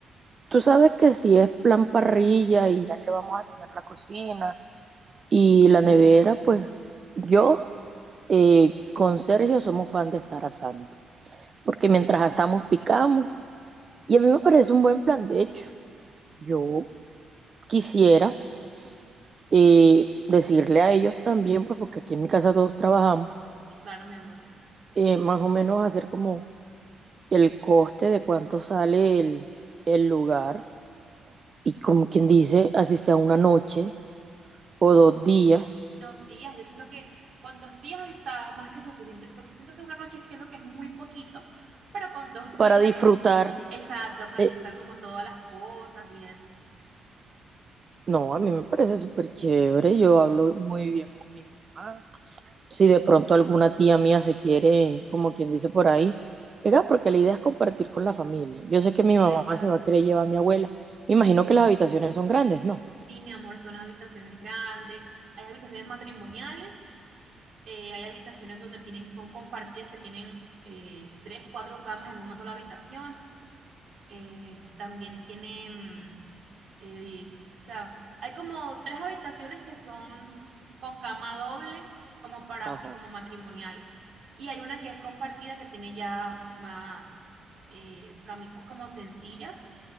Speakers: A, on the right (about 35°); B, on the right (about 60°).
A: Tú sabes que si es plan parrilla y ya que vamos a tener la cocina y la nevera, pues yo eh, con Sergio somos fan de estar asando. porque mientras asamos picamos. Y a mí me parece un buen plan, de hecho. Yo quisiera eh, decirle a ellos también, pues porque aquí en mi casa todos trabajamos,
B: Sí, claro, mi amor.
A: eh, más o menos hacer como el coste de cuánto sale el, el lugar y como quien dice, así sea una noche o dos días
B: Dos días, yo siento que con dos días está más que suficiente, porque siento que una noche creo que es muy poquito, pero con dos días
A: para disfrutar.
B: sí es como exacto para
A: de-
B: disfrutar como todas las cosas y eso.
A: No, a mí me parece súper chévere, yo hablo muy bien con mi mamá. si de pronto alguna tía mía se quiere, como quien dice por ahí, pegar, porque la idea es compartir con la familia. Yo sé
B: Sí,
A: que mi mamá
B: exacto.
A: se va a querer llevar a mi abuela. Me imagino que las habitaciones son grandes, ¿no?
B: Sí, mi amor, son habitaciones grandes, hay habitaciones matrimoniales, eh, hay habitaciones donde tienen, son compartidas que tienen eh, tres, cuatro camas en una sola habitación. eh, también tienen, eh, o sea, hay como tres habitaciones que son con cama doble, como para
A: Ajá,
B: así como matrimoniales. Y hay una que es compartida que tiene ya más eh, camitas como sencillas